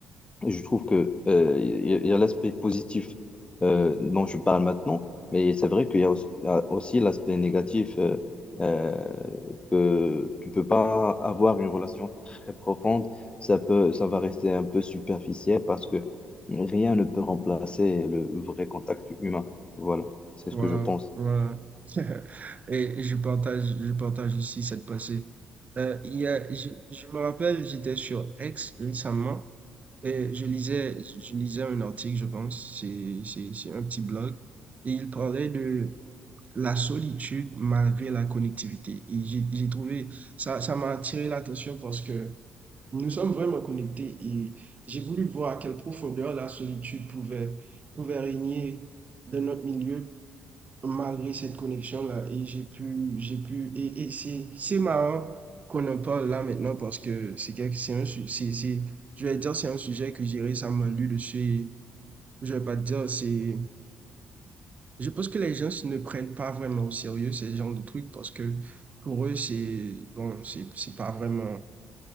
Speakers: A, on the left; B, on the right.
A: et Je trouve que euh, il y a il y a l'aspect positif euh, dont je parle maintenant, mais c'est vrai qu'il y a aussi il y a aussi l'aspect négatif euh, euh, que tu peux pas avoir une relation très profonde. Ça peut, ça va rester un peu superficiel parce que rien ne peut remplacer le vrai contact humain. Voilà, c'est
B: Voilà,
A: ce que je pense.
B: voilà. <laughs> Et je partage, je partage aussi cette pensée. Euh, il y a, je, je me rappelle, j'étais sur X récemment et je lisais, je lisais un article, je pense, c'est, c'est, c'est un petit blog, et il parlait de la solitude malgré la connectivité. Et j'ai, j'ai trouvé, ça, ça m'a attiré l'attention parce que nous sommes vraiment connectés et j'ai voulu voir à quelle profondeur la solitude pouvait, pouvait régner dans notre milieu malgré cette connexion-là, et j'ai pu, j'ai pu, et, et c'est, c'est marrant qu'on en parle là maintenant parce que c'est quelque, c'est un, su- c'est, c'est, je vais dire, c'est un sujet que j'ai récemment lu dessus, et je vais pas te dire, c'est, je pense que les gens ne prennent pas vraiment au sérieux ce genre de trucs parce que pour eux, c'est, bon, c'est, c'est pas vraiment,